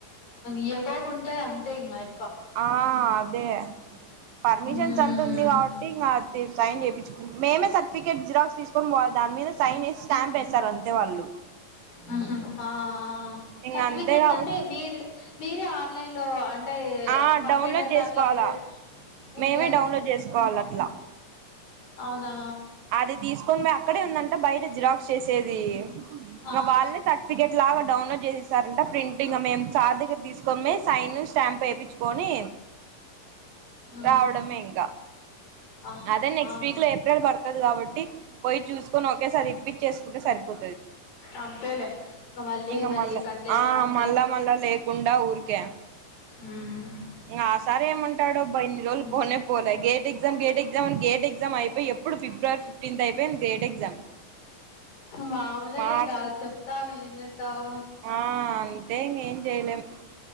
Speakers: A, on the left; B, on the right.
A: ఇయకోకుంటే అంతే ఇంగ ఐ
B: ఆ అదే పర్మిషన్స్
A: మ్మ్.
B: అంత ఉంది కాబట్టి ఇంగ సైన్ చేపించుకొని మేమే సర్టిఫికేట్ జిరాక్స్ తీసుకొని పోవాలా దాని మీద సైన్ చేేసి స్టాంప్ వేస్తారు అంతే వాళ్ళు
A: ఆహా హ
B: ఇంగ
A: సర్టిఫికెట్స్
B: అంతే కాబట్టి
A: అంటే మీరు మీరే ఆన్లైన్ లో అం అంటే
B: ఆ
A: కంప్యూటర్
B: డౌన్లోడ్
A: లో
B: చేసుకోవాలా
A: అట్లా మీరు ఓకే
B: మేమే డౌన్లోడ్ చేసుకోవాలి అట్లా
A: అవునా
B: అది తీసుకొని పోయి అక్కడే ఉందంట బయట జిరాక్ చేసేది ఇంగ
A: ఆ,
B: వాళ్ళ లే సర్టిఫికేట్ లాగా డౌన్లోడ్ చేసి ఇస్తారంట ప్రింట్ ఇంగ మేం సార్ దగ్గరికి తీసుకొమ్మే సైన్ స్టాంప్ వేయించుకొని
A: మ్మ్.
B: రావడమే ఇంకా
A: ఆహా
B: అదే నెక్స్ట్
A: ఆ.
B: వీక్ లో ఏప్రిల్ పడుతుంది కాబట్టి పోయి చూసుకొని ఒకే సారి రిపీట్ చేసుకుంటే సరి పో
A: అంతేలే ఇంకా మళ్ళీ
B: ఇకా
A: మళ్ళీ
B: మళా
A: పని లేకోకుండా
B: ఆ మళ్ళా మళ్ళా లేకుండా ఊ కే
A: మ్మ్.
B: ఆ సరే ఏమంటాడో అబ్బా ఇన్ని రోజులు
A: మ్మ్.
B: పోనే పోలే gate exam gate exam gate exam అయిపోయి ఎప్పుడు ఫిబ్రవరి ఫిఫ్టీన్త్ అయిపోయింది గేట్ ఎగ్జామ్
A: మాములులేంగా
B: మార్చ్
A: చెప్తా ఏం చెప్తావ్
B: ఆ అంతే ఇంగ ఏం చేయలేం